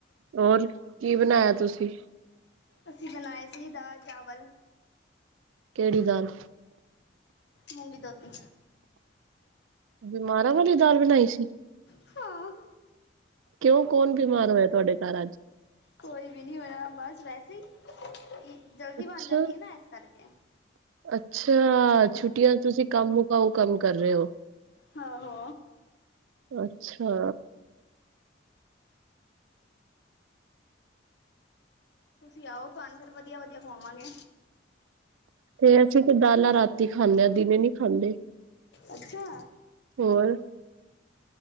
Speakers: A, on the right (about 80°); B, on the left (about 55°).
A: ਹੋਰ ਕੀ ਬਣਾਇਆ ਤੁਸੀਂ
B: ਅਸੀਂ ਬਣਾਏ ਸੀ ਦਾਲ ਚਾਵਲ
A: ਕਿਹੜੀ ਦਾਲ
B: ਮੁੂੰਗੀ ਧੋਤੀ
A: ਬਿਮਾਰਾਂ ਵਾਲੀ ਦਾਲ ਬਣਾਈ ਸੀ
B: ਹਾਂ
A: ਕਿਉਂ ਕੌਣ ਬਿਮਾਰ ਹੋਇਆ ਤੁਹਾਡੇ ਘਰ ਅੱਜ
B: ਕੋਈ ਵੀ ਨਹੀਂ ਹੋਇਆ ਬਸ ਵੈਸੇ ਹੀ ਜਲਦੀ
A: ਅੱਛਾ
B: ਬਣ ਜਾਂਦੀ ਹੈ ਨਾ ਇਸ ਕਰਕੇ
A: ਅੱਛਾ ਛੁਟੀਆਂ ਤੁਸੀਂ ਕੰਮ ਮੁਕਾਓ ਕੰਮ ਕਰ ਰਹੇ ਹੋ
B: ਹਾਂ ਹੋ
A: ਅੱਛਾ
B: ਤੁਸੀਂ ਆਓ ਤੁਹਾਨੂੰ ਫਿਰ ਵਧੀਆ ਵਧੀਆ ਖਵਾਵਾਂਗੇ
A: ਤੇ ਅਸੀਂ ਤੇ ਦਾਲਾ ਰਾਤੀ ਖਾਂਨੇ ਆਂ ਦਿਨੇ ਨਹੀਂ ਖਾਂਦੇ
B: ਅੱਛਾ
A: ਹੋਰ